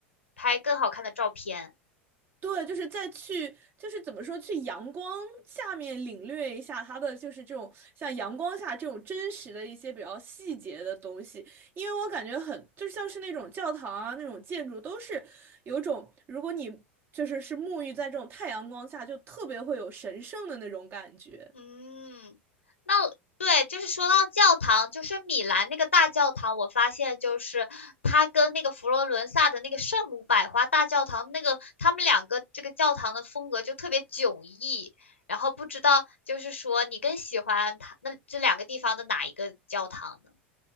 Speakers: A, on the left; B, on the right.
A: 拍更好看的照片。
B: 对，就是再去，就是怎么说，去阳光下面领略一下它的，就是这种像阳光下这种真实的一些比较细节的东西，因为我感觉很，就像是那种教堂啊，那种建筑都是有种，如果你就是是沐浴在这种太阳光下，就特别会有神圣的那种感觉。
A: 嗯，那对，就是说到教堂，就是米兰那个大教堂，我发现就是它跟那个佛罗伦萨的那个圣母百花大教堂，那个他们两个这个教堂的风格就特别迥异。然后不知道就是说你更喜欢它那这两个地方的哪一个教堂呢？